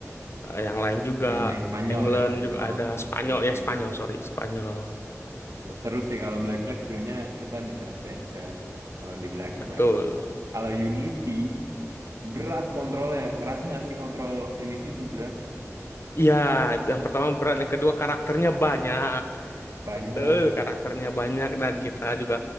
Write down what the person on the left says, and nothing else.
Eh, Yang lain juga
England
juga ada Spanyol
ya Spanyol sorry Spanyol
betul.
Iya itu yang pertama berat yang kedua karakternya banyak
betul karakternya banyak dan kita juga